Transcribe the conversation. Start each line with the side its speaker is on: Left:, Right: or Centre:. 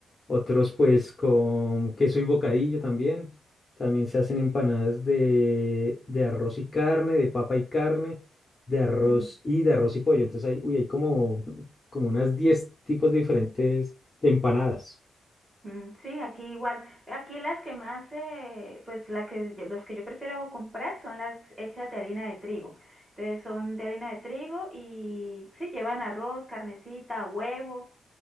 Left: Otros pues con queso y bocadillo también. También se hacen empanadas de, de arroz y carne, de papa y carne, de arroz
Centre: Mm.
Left: y de arroz y pollo. Entonces hay, uy, hay como como unas 10 tipos diferentes de empanadas.
Centre: Mm, Sí, aquí igual. Aquí las que más, eh, pues la que, yo- los que yo prefiero comprar son las hechas de harina de trigo. Entonces son de harina de trigo y sí, llevan arroz, carnecita, huevo,